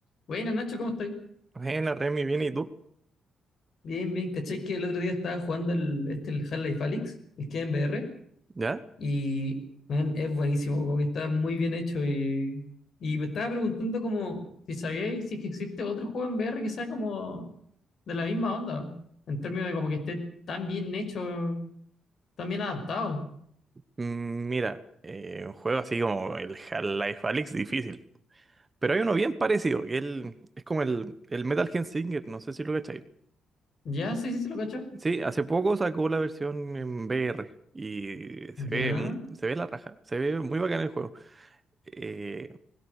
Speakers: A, on the left; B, on the right.
A: Bueno, Nacho, ¿cómo estás?
B: Bueno, Remy, bien, ¿y tú?
A: Bien, bien. ¿Cachai que el otro día estaba jugando el, este, el Half-Life Alyx, el que en VR,
B: ¿Ya?
A: y man, es buenísimo, como que está muy bien hecho. Y, y me estaba preguntando como si sabíais si es que existe otro juego en VR que sea como de la misma onda, en términos de como que esté tan bien hecho, tan bien adaptado.
B: Mm, Mira, eh, un juego así como el Half-Life Alyx, difícil. Pero hay uno bien parecido, que el- es como el, el Metal Gear Singer, no sé si lo cacháis.
A: Ya, sí, sí, se lo cacho.
B: Sí, hace poco sacó la versión en VR y se
A: Ya.
B: ve, mu- se ve la raja, se ve muy bacán el juego. Eh,